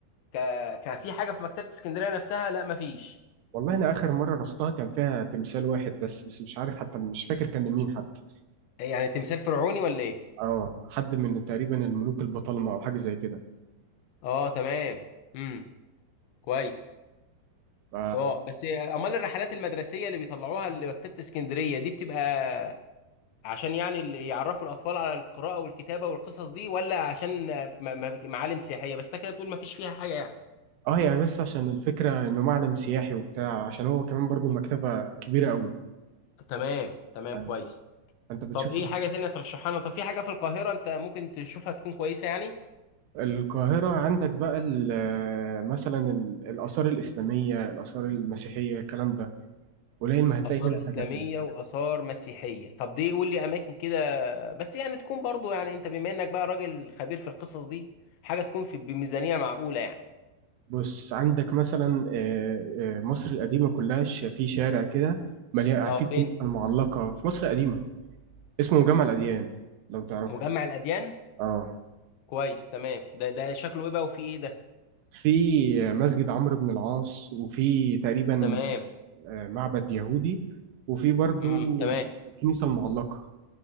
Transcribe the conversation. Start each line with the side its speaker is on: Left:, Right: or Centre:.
Left: ك... كان في حاجه في مكتبه اسكندريه نفسها لا مفيش
Right: والله انا اخر مرة رحتها كان فيها تمثال واحد بس بس مش عارف حتى مش فاكر كان لمين حتى
Left: يعني تمثال فرعوني ولا ايه
Right: اه حد من تقريبا الملوك البطالمة او حاجه زي كده
Left: اه تمام امم كويس
Right: ف...
Left: اه بس امال الرحلات المدرسيه اللي بيطلعوها لمكتبه اسكندريه دي بتبقى عشان يعني اللي يعرفوا الاطفال على القراءه والكتابه والقصص دي ولا عشان م- م- معالم سياحيه بس انت كده بتقول مفيش فيها حاجه يعني
Right: اه هي بس عشان الفكره انه معلم سياحي وبتاع عشان هو كمان برضو مكتبه كبيره قوي
Left: تمام تمام
Right: يعني
Left: كويس
Right: انت بتشوف
Left: طب ايه حاجه تانية ترشحها لنا طب في حاجه في القاهره انت ممكن تشوفها تكون كويسه يعني
Right: القاهره عندك بقى ال- مثلا ال- الاثار الاسلاميه الاثار المسيحيه الكلام ده قليل ما هتلاقي
Left: آثار
Right: هنا
Left: إسلامية
Right: حاجه تانية
Left: وآثار مسيحية طب دي قول لي أماكن كده بس يعني تكون برضو يعني أنت بما إنك بقى راجل خبير في القصص دي حاجة تكون في بميزانية معقولة يعني
Right: بص عندك مثلا آه، آه، مصر القديمه كلها ش- في شارع كده مليان
Left: أه
Right: في الكنيسه
Left: فين
Right: المعلقه في مصر القديمه اسمه جامع الاديان لو تعرفه
Left: مجمع الأديان
Right: اه
Left: كويس تمام ده ده شكله إيه بقى وفيه إيه ده
Right: في مسجد عمرو بن العاص وفي تقريبا
Left: تمام
Right: آه، معبد يهودي وفي برضو
Left: امم تمام
Right: الكنيسة المعلقة